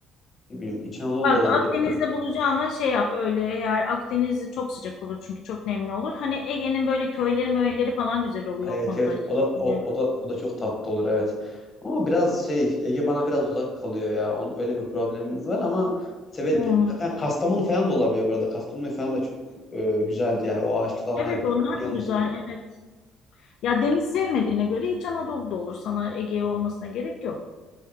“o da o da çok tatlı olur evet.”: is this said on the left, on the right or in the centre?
Left